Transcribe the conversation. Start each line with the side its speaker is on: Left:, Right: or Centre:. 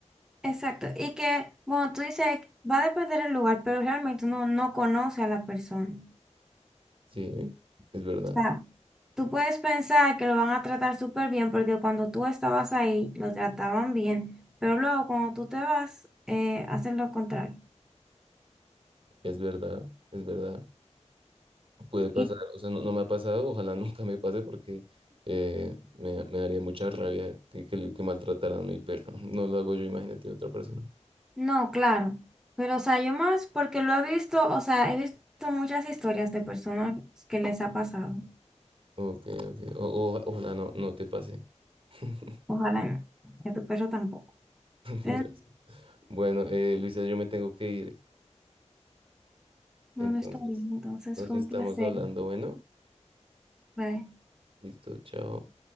Centre: Exacto. Y que, bueno, tú dices, va a depender del lugar, pero realmente uno no conoce a la persona.
Right: Sí, es verdad,
Centre: O sea, Tú puedes pensar que lo van a tratar súper bien porque cuando tú estabas ahí lo trataban bien, pero luego cuando tú te vas, eh, hacen lo contrario.
Right: es verdad, es verdad. Puede pasar,
Centre: Y
Right: o sea, no, no me ha pasado, ojalá <laughs> nunca me pase porque eh, me, me daría mucha rabia que, que, que maltrataran a mi perro. No lo hago yo, imagínate otra persona.
Centre: no, claro, pero o sea, yo más porque lo he visto, o sea, he visto muchas historias de personas que les ha pasado.
Right: Ok, ok. O- o- ojalá no, no te pase. <laughs>
Centre: Ojalá no, y a tu perro tampoco. Te-
Right: Gracias. Bueno, eh, Luisa, yo me tengo que ir.
Centre: Bueno,
Right: Entonces,
Centre: está bien, entonces
Right: nos
Centre: fue
Right: estamos
Centre: un placer.
Right: hablando. Bueno,
Centre: Bye.
Right: listo, chao.